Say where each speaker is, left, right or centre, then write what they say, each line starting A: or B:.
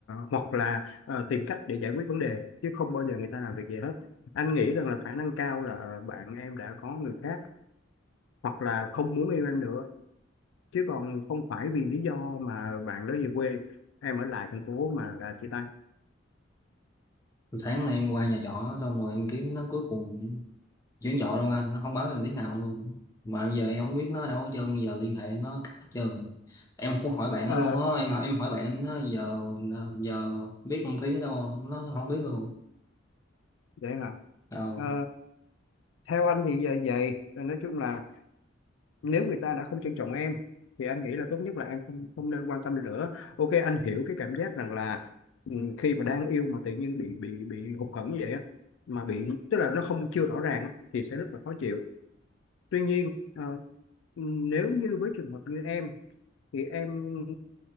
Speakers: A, on the left (about 80°); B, on the left (about 15°).
A: hoặc là ờ, tìm cách để giải quyết vấn đề chứ không bao giờ người ta làm việc gì hết anh nghĩ rằng là khả năng cao là bạn em đã có người khác hoặc là không muốn yêu em nữa chứ còn không phải vì lý do mà bạn đó về quê em ở lại thành phố mà là chia tay
B: sáng nay em qua nhà trọ xong rồi em kiếm nó cuối cùng chuyển chợ luôn anh nó không báo em tiếng nào luôn mà giờ em không biết nó ở đâu hết trơn giờ liên hệ nó cắt hết trơn rồi em cũng hỏi bạn
A: Ờ,
B: nó luôn á em em hỏi bạn nó giờ ờ, giờ biết con Thúy ở đâu không nó không biết luôn
A: vậy hả
B: đâu
A: Ờ, theo anh thì vậy vậy nói chung là nếu người ta đã không trân trọng em thì anh nghĩ là tốt nhất là em không không nên quan tâm nữa ok anh hiểu cái cảm giác rằng là ừ, khi mà đang yêu mà tự nhiên bị bị bị hụt hẫng như vậy á mà bị tức là nó không chưa rõ ràng á, thì sẽ rất là khó chịu tuy nhiên ờ, ừ, nếu như với trường hợp như em thì em